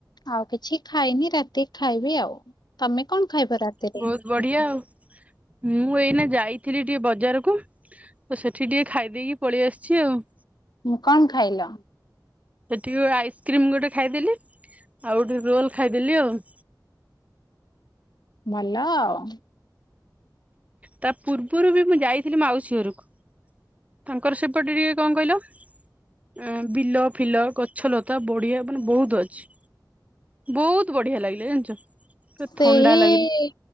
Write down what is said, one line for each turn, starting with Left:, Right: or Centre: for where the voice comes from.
Left: ଆଉ କିଛି ଖାଇନି ରାତିକି ଖାଇବି ଆଉ ତମେ କଣ ଖାଇବ ରାତିରେ?
Right: ବହୁତ ବଢିଆ ଆଉ ମୁଁ ଏଇନା ଯାଇ ଥିଲି ଟିକେ ବଜାରକୁ ତ, ସେଠି ଟିକେ ଖାଇ ଦେଇଇକି ପଳେଇ ଆସିଛି ଆଉ।
Left: ହୁଁ କଣ ଖାଇଲ?
Right: ସେଠିକି ଆଇସ୍କ୍ରିମ ଗୋଟେ ଖାଇଦେଲି, ଆଉ ଗୋଟେ ରୋଲ ଖାଇଦେଲି ଆଉ। <inaudible>
Left: ଭଲ ଆଉ।
Right: ତା ପୂର୍ବରୁ ବି, ମୁଁ ଯାଇଥିଲି ମାଉସୀ ଘରକୁ। ତାଙ୍କର ସେପଟେ ଟିକେ କଣ କହିଲ ଆ ବିଲ ଫିଲ ଗଛଲତା ବଢିଆ ମାନେ ବହୁତ ଅଛି। ବହୁତ ବଢିଆ ଲାଗିଲା ଜାଣିଛ। ପୁରା
Left: ସେହି
Right: ଥଣ୍ଡା ଲାଗିଲା